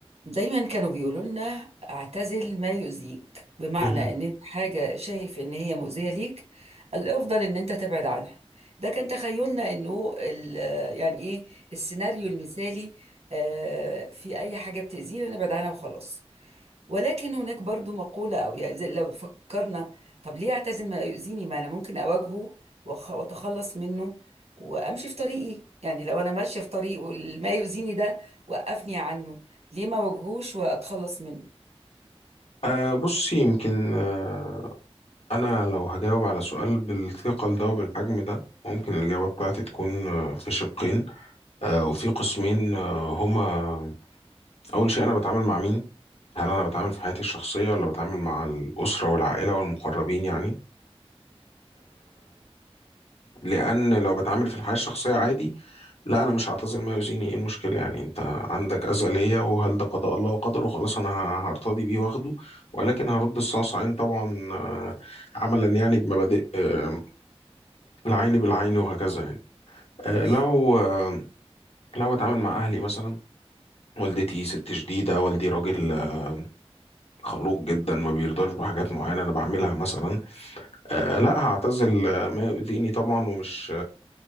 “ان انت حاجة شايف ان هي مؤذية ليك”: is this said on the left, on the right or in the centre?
Right